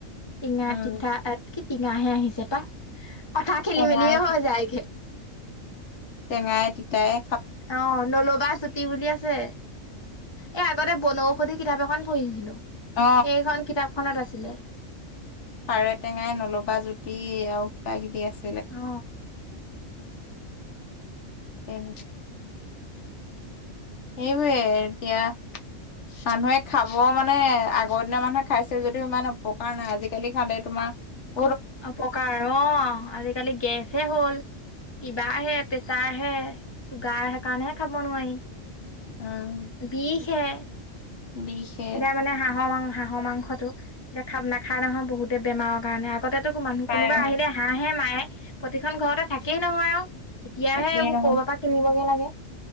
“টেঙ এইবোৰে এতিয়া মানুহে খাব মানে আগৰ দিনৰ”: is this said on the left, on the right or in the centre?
Left